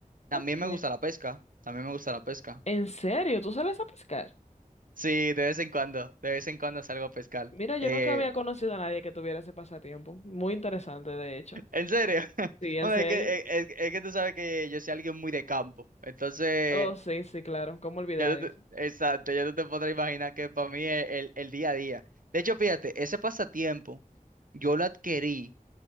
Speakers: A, on the right; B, on the left.
A: También
B: Okay.
A: me gusta la pesca, también me gusta la pesca.
B: ¿En serio? ¿Tú sales a pescar?
A: Sí, de vez en cuando, de vez en cuando salgo a pescar.
B: Mira, yo
A: Eh,
B: nunca había conocido a nadie que tuviera ese pasatiempo. Muy interesante, de hecho.
A: en serio, <laughs>
B: Sí, en
A: bueno,
B: serio.
A: es que, es, es- es que tú sabes que yo soy alguien muy de campo, entonces
B: Oh, sí, sí, claro. ¿Cómo olvidar
A: Ya tú
B: eso?
A: te- exacto, ya tú te podrás imaginar que para mí es el, el día a día. De hecho, fíjate, ese pasatiempo yo lo adquirí